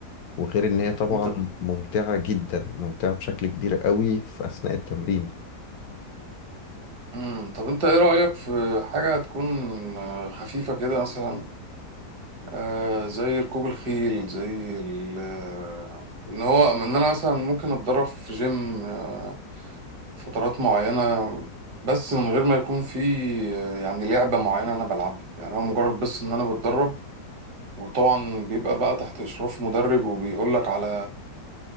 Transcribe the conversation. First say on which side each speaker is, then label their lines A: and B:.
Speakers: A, on the left (about 70°); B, on the right (about 70°).
A: وغير ان هي طبعا
B: أنت
A: ممتعة جدا ممتعة بشكل كبير قوي في اثناء التمرين
B: مم. طب أنت إيه رأيك في حاجة تكون آه، خفيفة كده مثلا آه زي ركوب الخيل زي ال- آه، ان هو ان انا مثلا ممكن اتدرب في جيم آه فترات معينة بس من غير ما يكون في آه، يعني لعبة معينة انا بلعبها يعني هو مجرد بس ان انا بتدرب وطبعا بيبقى بقى تحت اشراف مدرب وبيقولك على